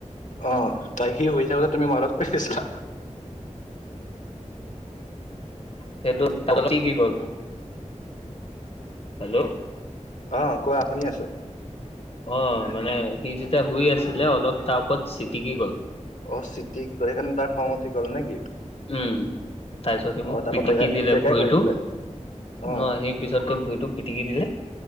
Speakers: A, on the left; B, on the left.
A: অ তাই সি শুই থাকোতে তুমি ৱালত শুই আছিলা
B: সেইটো হেল্ল'
A: অ কোৱা শুনি আছো
B: অ মানে সি যেতিয়া শুই আছিলে অলপ তাৰ ওপৰত চিটিকি গ'ল
A: অ চিটি কি গল সেইকাৰণে তাৰ খং উঠি গ'ল নেকি
B: উম তাৰ পিছত সি
A: অ
B: মোক
A: তাৰ
B: পিটিকি
A: পৰা বেকাই
B: দিলে
A: বেকাই
B: ভৰিটো
A: কৰি দিলে অ
B: ন সি পিছতকে ভুৰিটো পিটিকি দিলে